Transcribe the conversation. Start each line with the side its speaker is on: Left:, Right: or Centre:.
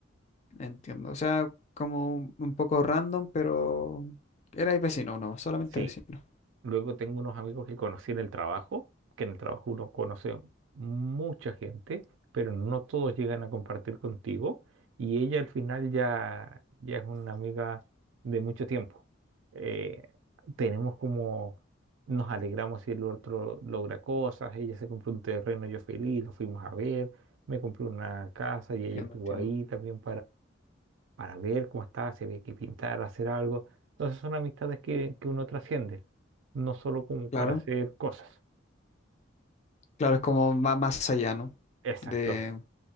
Left: Entiendo. O sea, como un un poco random, pero... Erais vecino, no, solamente
Right: Sí,
Left: vecino.
Right: Luego tengo unos amigos que conocí en el trabajo, que en el trabajo uno conoce mucha gente, pero no todos llegan a compartir contigo. Y ella al final ya, ya es una amiga de mucho tiempo. Eh, tenemos como, nos alegramos si el otro logra cosas, ella se compró un terreno, yo feliz, lo fuimos a ver, me compré una casa y
Left: Entiendo,
Right: ella estuvo
Left: entiendo.
Right: ahí también para ver cómo está, si había que pintar, hacer algo. Entonces son amistades que, que uno trasciende, no solo como para
Left: Claro.
Right: hacer cosas.
Left: Claro, es como va más allá, ¿no?
Right: Exacto.
Left: De,